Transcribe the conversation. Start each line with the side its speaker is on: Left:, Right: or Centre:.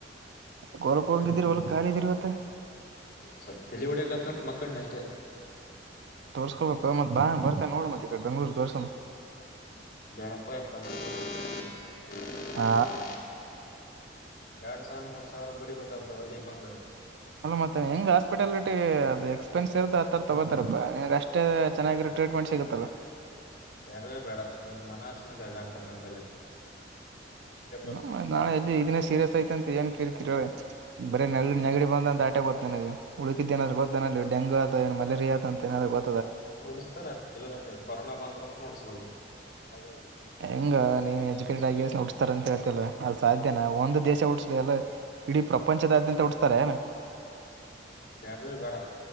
Right: ಹೊಲಕ್ ಹೋಗಂಗಿದ್ದೀರಿ ಹೊಲಕ್ ಖಾಲಿ ಅದಿರಿವತ್ತ
Left: ಸೊಪ್ ತಲಿ ಹೊಡ್ಯಾಕತಂತ ಮಕ್ಕೊಂಡಿನ್ ಅಷ್ಟೇ
Right: ತೋರ್ಸ್ಕೊಬೇಕ ಮತ್ ಬಾ ಬರ್ತೆ ನೋಡ ಮತ್ ಈ ಕಡೆ ಬೆಂಗ್ಳೂರ್ ತೋರ್ಸಂ
Left: ಬೇಳ ಪಯಪ್ಪ <unintelligible>
Right: ಹಾ
Left: ಯಾಡ್ ಸಾವಿರ ಮೂರ್ ಸಾವಿರ ಬಡಿಬೇಕಾತದ ಅಲ್ಲಿಗ ಬಂದ
Right: ಅಲ್ಲ ಮತ್ತ ಹೆಂಗ್ ಹಾಸ್ಪಿಟಲ್ಟಿ ಅದು ಎಕ್ಸ್ಪೆನ್ಸ್ ಇರ್ದ ಆ ತರ ತಗೋತಾರಪ್ಪಾ ನಿನ್ಗೆ ಅಷ್ಟೇ ಚೆನ್ನಾಗಿರ್ ಟ್ರೀಟ್ಮೆಂಟ್ ಸಿಗುತ್ತಲ್ಲ
Left: ಬ್ಯಾಡ್ವೆ ಬ್ಯಾಡಾ ನೀ ಮನಾಸುಮಂದ ಡಾಕ್ಟರ್ ನಂಬಲ್ಲಿ ಇಲ್ಲೇ ತೋರ್ಸ್ಕೊಂಡ್ರೆ
Right: ಹ ನಾ
Left: ಸಾಕು
Right: ಎ ಇದಿನ ಸೀರಿಯಸ್ ಯ್ತ ಅಂತ ಏನ್ ಕೇಳ್ತೀರ ಬರ ನಗ ನೆಗಡಿ ಬಂದಂತ ಆಟಕ್ ಗೊತ್ತ ನಿನಗ ಉಳಕಿದ್ದ ಏನರ ಗೊತ್ತಾನ ಅಲ್ಲಿ ಡೆಂಗ ಆತ ಏ ಮಲರಿಯ ಅಂತನ ಗೊ
Left: ರು ಉುಡಸ್ತಾರೆ ಇಲ್ಲದಂದೆ ಕೊರೋನಾ ಬಂದ ಅಂತ ನುಡ್ಸ್ಬೋದು ಹೌದಿಲ್
Right: ಹೆಂಗ ನೀವ್ ಎಜುಕೇಟೆಡ್ ಆಗಿ ಉಡ್ಸ್ತಾರ ಅಂತ ಹೇಳ್ತಿಲ್ಲ ಅದು ಸಾಧ್ಯನಾ ಒಂದು ದೇಶ ಉಡ್ಸ್ಲಿ ಎಲ್ಲ ಇಡೀ ಪ್ರಪಂಚದಾದ್ಯಂತ ಹುಟ್ಟುಸ್ತಾರೇನ
Left: ಬ್ಯಾಡ್ವೆ ಬ್ಯಾಡಾ